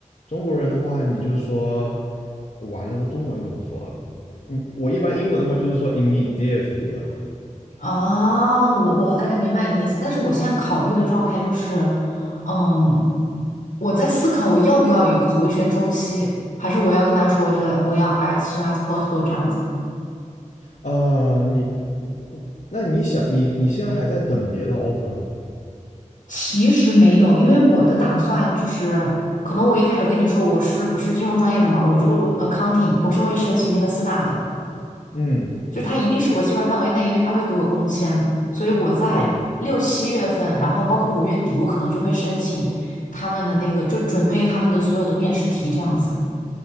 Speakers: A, on the left (about 70°); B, on the left (about 85°).
A: 中国人的话，你就是说完了，这中文怎么说？你我一般英文的话就是说 immediately 嘛。
B: 哦，我我大概明白你的意思，但是我现在考虑的状态就是，嗯，我在思考我要不要有一个回旋周期，还是我要跟他说着我要 as soon as possible 这样子。
A: 呃，你那你想你你现在还在等别的 offer 吗？
B: 其实没有，因为我的打算就是，可能我一开始跟你说我是不是金融专业的嘛，我就 accounting，我是会申请那个四大的。
A: 嗯，
B: 就它一定是我计划范围内，因为它会给我工签，所以我在六七月份，
A: 对。
B: 然后包括五月底，我可能就会申请他们的那个，就准备他们的所有的面试题这样子。